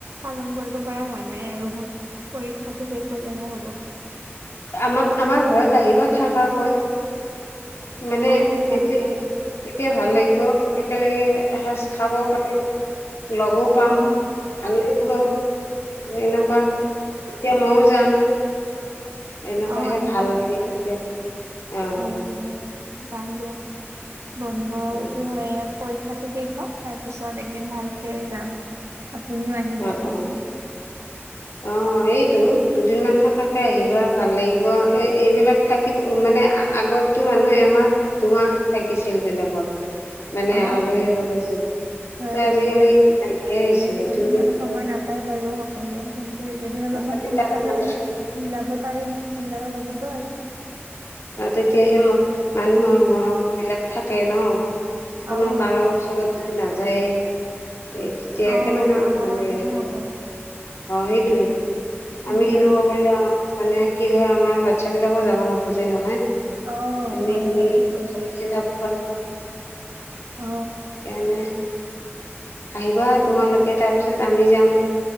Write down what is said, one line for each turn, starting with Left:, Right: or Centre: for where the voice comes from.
Right: পালন কৰিব পৰা হোৱা নাই। আৰু পৰীক্ষাটো শেষ হলেহে হ'ব।
Left: আমাৰ -আমাৰ ঘৰত আহিব থাকাকৈ। মানে
Right: অ যাম
Left: এতিয়া'
Right: দিয়ক
Left: তেতিয়া ভাল লাগিব। একেলগে এসজ
Right: অ
Left: খাব পাৰিম। লগো পাম
Right: অ
Left: ভাল লাগিব।
Right: হয় হয়
Left: এনেকুৱা
Right: হয়
Left: এতিয়া ময়ও যাম। এনেকুৱাহে
Right: অ আহিব
Left: ভাল
Right: আহিব
Left: লাগে। তেতিয়া আহ-
Right: হয় হয় হয় যাম দিয়ক বন্ধতো।
Left: অ
Right: পৰীক্ষাতো শেষ হক তাৰপিছত একদিন ভালকে যাম। আপুনিও আহিব
Left: অ' অ'
Right: এদিন
Left: অ সেইটো। দুদিনমান থকাকে আহিবা। ভাল লাগিব এই এইবিলাক থাকিব মানে আগতো মানুহে। মাহ দুোমাহ থাকিছিল। বিলগত মানে
Right: অ
Left: আলহী বনাইছো
Right: হয়
Left: ত আজিকালি
Right: হয়
Left: এইটো নাইকিয়াই হৈছে।
Right: আজিকালি ইমান
Left: কিন্তু
Right: সময় নাপায় বাৰু সকলোৱে এইকেইদিন অলপমান
Left: তথাপি
Right: সময়
Left: তাৰে
Right: পালে
Left: মাজতে
Right: মিলাব পাৰিম। মিলাব লাগিব আৰু
Left: অ' তেতিয়াহে ম' মানুহৰ মৰম বিলাক থাকে ন
Right: অহ
Left: কোনো কাৰো
Right: তাকেতো
Left: ওচৰত যদি নাযায়েই। এই তেতিয়া
Right: অহ
Left: কেনেকে
Right: পাহৰা
Left: মানে
Right: যেনে
Left: সেই
Right: হব
Left: অ' সেইটোয়ে
Right: তাকে
Left: আমি
Right: উম
Left: সেনেকুৱা
Right: উম
Left: কৰিলে মানে কি হয়। আমাৰ বাচ্ছা বিলাকো যাব নোখোজে নহয়।
Right: অ
Left: এমি
Right: হয়
Left: এমিহে
Right: হয় ঠিক কৈছে কথাটো
Left: যাব পাৰিব।
Right: অ
Left: কেনেে? আহিবা তোমালোকে তাৰপিছত আমি যাম।